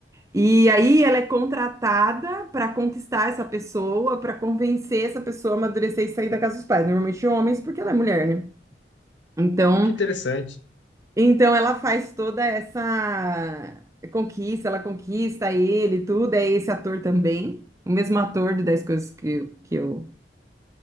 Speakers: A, on the right (about 15°); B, on the left (about 85°).
A: E aí ela é contratada para conquistar essa pessoa, para convencer essa pessoa a amadurecer e sair da casa dos pais. Normalmente homens, porque ela é mulher, né? Então,
B: ah, que interessante.
A: então ela faz toda essa conquista, ela conquista ele, tudo. É esse ator também, o mesmo ator de 10 coisas que, que eu